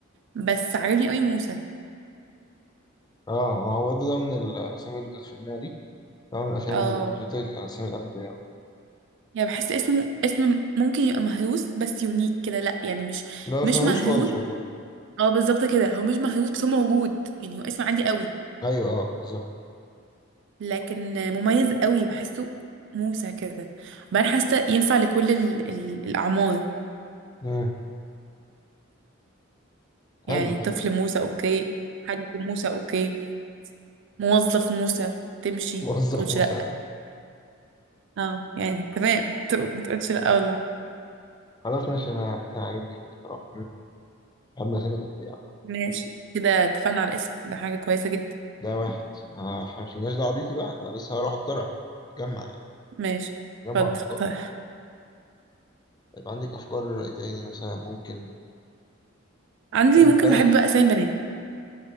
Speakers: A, on the right (about 60°); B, on the left (about 20°).
A: بس عجبني قوي موسى
B: اه هو ده ده من الاسامي اللي كانت في دماغي ده من الاسامي
A: اه
B: اللي قلت لك اسامي الانبياء
A: يعني بحس اسمه اسم ممكن يبقى مهروس بس يونيك كده لا يعني مش
B: لا
A: مش
B: مش مهروس
A: مهروس
B: خالص والله
A: اه بالظبط كده هو مش مهروس بس هو موجود يعني هو اسم عادي قوي
B: ايوه اه بالظبط
A: لكن مميز قوي بحسه موسى كده بعدين حاسه ينفع لكل ال ال الاعمار
B: مم.
A: يعني
B: حلو حلو
A: طفل موسى اوكي حاج موسى اوكي موظف موسى تمشي
B: موظف
A: ما تقولش
B: موسى
A: لا اه يعني تمام <laughs> ت- ما تقولش لا والله
B: خلاص ماشي انا عامة عاجبني بصراحه أما سنة قد إيه يا عم؟
A: ماشي كده اتفقنا على الاسم ده حاجه كويسه جدا
B: ده واحد آه، إحنا مش لناش دعوة بيكي بقى أنا لسه هروح أقترح جمع يعني
A: ماشي
B: جمع
A: اتفضل
B: أفكار
A: اقترح
B: يبقى عندك أفكار إيه تاني مثلا ممكن
A: عندي
B: طب
A: ممكن
B: بلد
A: بحب بقى اسامي بنات